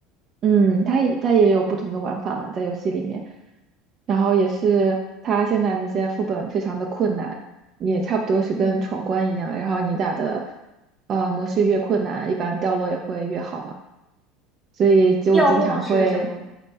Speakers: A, on the right; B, in the centre.
A: 嗯，它也它也有不同的玩法嘛，在游戏里面，然后也是它现在那些副本非常的困难，也差不多是跟闯关一样，
B: 嗯，
A: 然后你打的呃模式越困难，一般掉落也会越好嘛，所以就经常会
B: 掉落是什么？